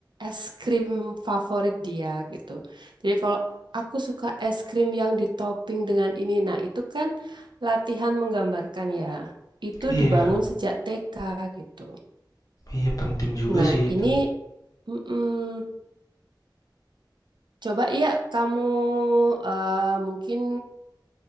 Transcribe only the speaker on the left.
Iya.
Iya, penting juga
sih
itu.